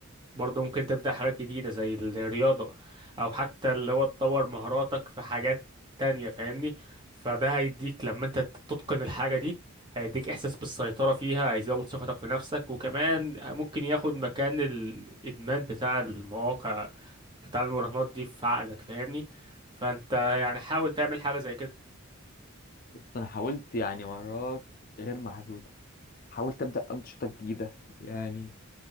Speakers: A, on the right; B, on the left.
A: برضه ممكن تبدأ حاجات جديدة زي الرياضة أو حتى اللي هو تطور مهاراتك في حاجات تانية فاهمني فده هيديك لما أنت تتقن الحاجة دي هيديك إحساس بالسيطرة فيها هيزود ثقتك في نفسك وكمان ممكن ياخد مكان الإدمان بتاع المواقع بتاع المراهنات دي في عقلك فاهمني فأنت يعني حاول تعمل حاجة زي كده
B: بص، انا حاولت يعني مرات غير محدودة حاولت ابدا انشطة جديدة يعني